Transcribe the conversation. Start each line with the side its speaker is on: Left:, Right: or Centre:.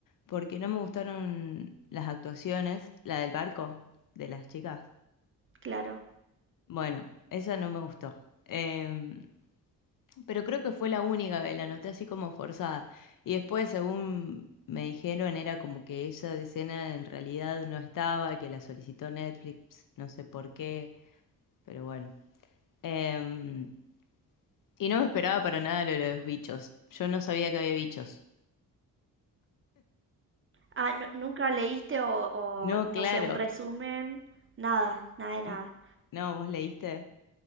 Left: porque no me gustaron las actuaciones, la del barco, de las chicas.
Right: Claro.
Left: Bueno, esa no me gustó. Em, Pero creo que fue la única que la noté así como forzada. Y después, según me dijeron, era como que esa escena en realidad no estaba, que la solicitó Netflix, no sé por qué, pero bueno. Em, y no me esperaba para nada lo de los bichos. Yo no sabía que había bichos.
Right: Ah, nu- ¿nunca leíste o, o,
Left: No,
Right: no
Left: claro.
Right: sé, un resumen? Nada, nada de nada.
Left: N- No, ¿vos leíste?